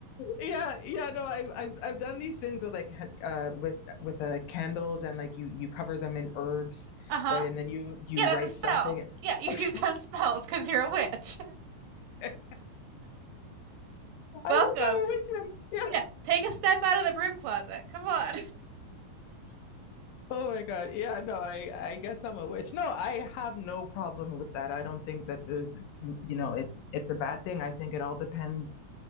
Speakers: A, on the left; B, on the right.
A: yeah yeah no I've, I've i've done these things with like hen- uh with with uh candles and like you you cover them in herbs
B: Uh-huh.
A: right and then you you
B: Yeah,
A: write
B: that's a spell.
A: something
B: Yeah, <laughs> you,
A: okay
B: you've done spells because you're a witch.
A: <laughs> i guess
B: <laughs>
A: i'm
B: Welcome.
A: a witch then. yeah
B: Yeah, take a step out of the broom closet. Come on.
A: oh my god yeah no i i guess i'm a witch no i have no problem with that i don't think that there's you know it it's a bad thing i think it all depends